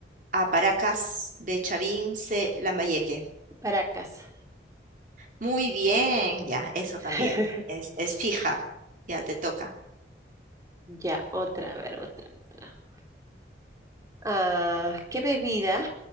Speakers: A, on the right (about 45°); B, on the right (about 20°).
A: A, Paracas, B, Chavín, C, Lambayeque.
B: Paracas.
A: Muy bien, ya, eso
B: <laughs>
A: también. Es, es fija, ya te toca.
B: Ya, otra, a ver, otra, otra. Ah, ¿qué bebida?